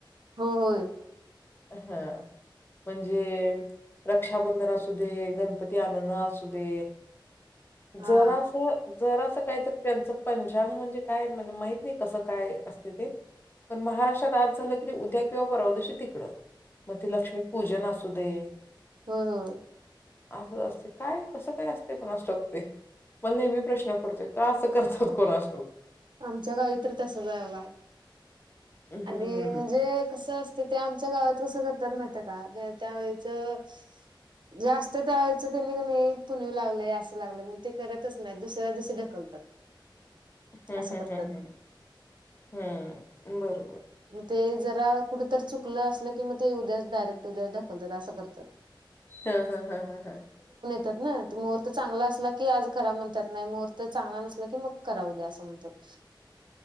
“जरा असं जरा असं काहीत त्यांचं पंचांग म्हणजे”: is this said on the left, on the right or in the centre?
Left